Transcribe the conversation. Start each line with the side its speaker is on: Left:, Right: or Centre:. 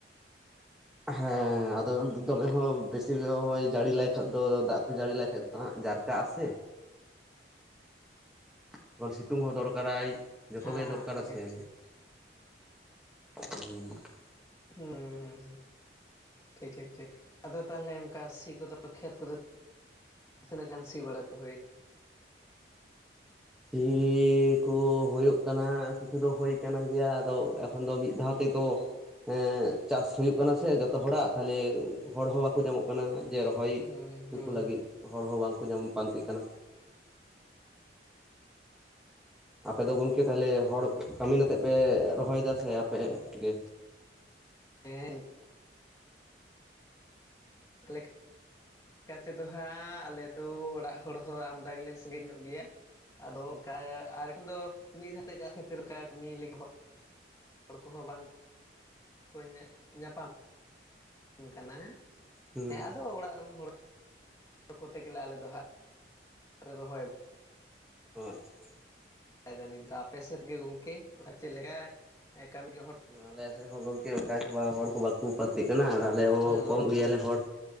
Centre: ᱦᱮᱸ ᱟᱫᱚ ᱫᱚᱢᱮ ᱦᱚᱸ ᱵᱤᱥᱤ ᱦᱚᱭ ᱡᱟᱹᱲᱤ ᱞᱟᱭᱠᱷᱟᱭ ᱠᱷᱟᱡ ᱫᱚ ᱫᱟᱜ ᱠᱚ ᱡᱟᱹᱲᱤ ᱞᱟᱭ ᱠᱷᱟᱡ ᱫᱚ ᱦᱟᱸᱜ ᱡᱟᱨ ᱠᱟᱜᱼᱟ ᱥᱮ! ᱡᱚᱠᱷᱚᱱ ᱥᱤᱛᱩᱝ ᱦᱚᱸ ᱫᱚᱨᱠᱟᱨᱟᱭ ᱡᱚᱛᱚᱜᱮᱭ
Left: ᱦᱮᱸ
Centre: ᱫᱚᱨᱠᱟᱨᱟ
Left: ᱴᱷᱤᱠ
Centre: ᱥᱮ᱾
Left: ᱴᱷᱤᱠ
Centre: ᱦᱩᱸ ᱾
Left: ᱦᱩᱸᱻ ᱦᱩᱸ ᱦᱩᱸ ᱾ ᱴᱷᱤᱠ ᱴᱷᱤᱠ ᱴᱷᱤᱠ, ᱟᱫᱚ ᱛᱟᱦᱚᱞᱮ ᱚᱱᱠᱟ ᱥᱤ ᱠᱚᱫᱚ ᱠᱷᱮᱛ ᱠᱚᱫᱚ ᱛᱤᱱᱟᱹᱜ ᱜᱟᱱ ᱥᱤ ᱵᱟᱲᱟ ᱠᱚ ᱦᱩᱭᱱᱟ?
Centre: ᱥᱤ ᱠᱚ ᱦᱳᱭᱳᱜ ᱠᱟᱱᱟ ᱠᱤᱪᱷᱩ ᱫᱚ ᱦᱩᱭ ᱠᱟᱱ ᱜᱮᱭᱟ ᱟᱫᱚ ᱮᱠᱷᱚᱱ ᱫᱚ ᱢᱤᱫ ᱫᱷᱟᱣ ᱛᱮᱫᱚ ᱮ ᱪᱟᱥ ᱦᱩᱭᱩᱜ ᱠᱟᱱᱟ ᱥᱮ ᱡᱚᱛᱚ ᱦᱚᱲᱟᱜ ᱛᱟᱞᱦᱮ ᱦᱚᱲ ᱦᱚᱸ ᱵᱟᱠᱚ ᱧᱟᱢᱚᱜ ᱠᱟᱱᱟ ᱡᱮ ᱨᱚ ᱦᱚᱭ
Left: ᱦᱩᱸ
Centre: ᱪᱚ
Left: ᱦᱩᱸ
Centre: ᱠᱩ ᱞᱟᱹᱜᱤᱫ ᱦᱚᱲ ᱦᱚᱸ ᱵᱟᱝᱠᱚ ᱧᱟᱢ ᱯᱟᱱᱛᱮᱜ ᱠᱟᱱᱟ᱾ ᱟᱯᱮ ᱫᱚ ᱜᱚᱝᱠᱮ ᱛᱟᱦᱚᱞᱮ ᱦᱚᱲ ᱠᱟᱹᱢᱤᱱ ᱱᱟᱛᱮᱫ ᱯᱮ ᱨᱚᱦᱚᱭᱮᱫᱟ ᱥᱮ ᱟᱯᱮ ᱜᱮ?
Left: ᱦᱮᱸ ᱾ <unintelligible> ᱠᱟᱛᱮᱫᱚ ᱦᱟᱸᱜ ᱟᱞᱮᱫᱚ ᱚᱲᱟᱜ ᱦᱚᱲ ᱦᱚᱸ ᱟᱢᱫᱟ ᱜᱮᱞᱮ ᱥᱟᱺᱜᱮ ᱧᱚᱜ ᱜᱮᱭᱟ ᱟᱫᱚ ᱚᱱᱠᱟ ᱟᱨ ᱮᱠᱷᱚᱱ ᱫᱚ ᱢᱤᱫ ᱫᱷᱟᱛᱮ ᱪᱟ ᱠᱷᱟᱛᱤᱨ ᱚᱝᱠᱟ ᱢᱤᱫ ᱞᱟᱹᱜᱤ ᱦᱚ ᱦᱚᱲ ᱠᱚᱦᱚᱸ ᱵᱟᱝ ᱠᱚ ᱧᱟ-ᱧᱟᱯᱟᱢ ᱠᱟᱱᱟ᱾
Centre: ᱦᱩᱸ
Left: ᱦᱮᱸ ᱟᱫᱚ ᱚᱲᱟᱜ ᱨᱮᱱ ᱦᱚᱲ ᱡᱚᱠᱚ ᱛᱮ ᱜᱮᱞᱮ ᱟᱞᱮ ᱫᱚ ᱦᱟᱸᱜ ᱞᱮ ᱨᱚᱦᱚᱭ
Centre: ᱟᱪᱪᱷᱟ ᱾
Left: ᱫᱟ ᱱᱤᱛ ᱫᱚ ᱟᱯᱮ ᱥᱮᱫ ᱜᱮ ᱜᱚᱝᱠᱮ ᱚᱝᱠᱟ ᱪᱮᱫ ᱞᱮᱠᱟ ᱮ ᱠᱟᱹᱢᱤᱜ ᱦᱚᱲ
Centre: ᱟᱞᱮ ᱥᱮᱫ ᱦᱚᱸ ᱜᱚᱝᱠᱮ ᱚᱱᱠᱟ ᱜᱮ ᱵᱟ ᱦᱚᱲ ᱠᱚ ᱵᱟᱠ ᱠᱚ ᱯᱟᱹᱛᱤᱜ ᱠᱟᱱᱟ ᱟᱨ ᱟᱞᱮ ᱦᱚᱸ
Left: ᱦᱮᱞᱳ
Centre: ᱠᱚᱢ ᱜᱮᱭᱟᱞᱮ
Left: ᱜᱚᱝ
Centre: ᱦᱚᱲ,